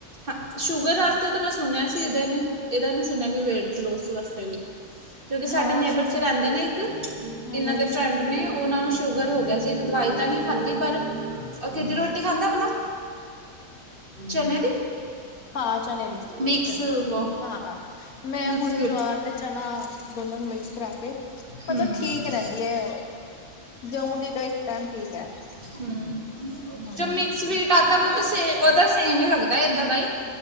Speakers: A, on the right; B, on the left.
A: ਹ ਸ਼ੂਗਰ ਵਾਸਤੇ ਤਾਂ ਮੈਂ ਸੁਣਿਆ ਸੀ ਇਹਦਾ ਨਹੀਂ ਇਹਦਾ ਨੀ ਸੁਣਿਆ ਕਿ ਵੇਟ ਲੋਸ ਵਾਸਤੇ ਵੀ ਹੈ ਕਿਉਂਕਿ ਸਾਡੇ
B: ਹਾਂ
A: ਨੇਬਰ
B: ਸ਼ੂ
A: ਚ ਰਹਿੰਦੇ ਨੇ ਇੱਕ
B: ਹੂੰ
A: ਇਹਨਾਂ
B: ਹੂੰ
A: ਦੇ ਫਰੈਂਡ ਨੇ ਉਹਨਾਂ ਨੂੰ ਸ਼ੂਗਰ ਹੋ ਗਈ ਵੈਸੇ ਦਵਾਈ ਤਾਂ ਨਹੀ ਖਾਂਧੀ ਪਰ ਉਹ ਕੀਦੀ ਰੋਟੀ ਖਾਂਦਾ ਭਲਾ ਚਨੇ ਦੀ
B: ਹਾਂ ਚਨੇ ਦੀ,
A: ਮਿਕਸ
B: ਚਨੇ ਦੀ,
A: ਵੋ
B: ਹਾਂ ਮੈਂ
A: ਮਿਕਸ
B: ਹੁਣ
A: ਵੀਟ
B: ਜਵਾਰ ਤੇ ਚਨਾ, ਦੋਨੋ ਨੂੰ ਮਿਕਸ ਕਰਾ ਕੇ,
A: ਹਮ
B: ਮਤਲਬ ਠੀਕ ਰਹਿੰਦੀ ਹੈ, ਜਉਂ ਦੀ ਤਾਂ ਇੱਕ ਟਾਈਮ ਠੀਕ ਹੈ।
A: ਹੂ,
B: ਹੂੰ
A: ਜੋ ਮਿਕਸ ਵੀਟ ਆਤਾ, ਵੋ ਤੋ ਸੇ, ਔ ਦਸ ਸੇਮ ਹੀ ਲੱਗਦਾ, ਏਦਾਂ ਦਾ ਹੀ